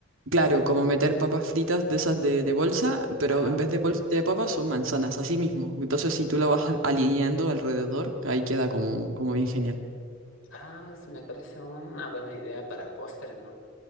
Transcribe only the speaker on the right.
Claro, como meter papas fritas de esas de, de bolsa, pero
en vez de bolsa de papas son manzanas, así mismo. Entonces, si tú lo vas a- alineando alrededor, ahí queda como, como bien genial.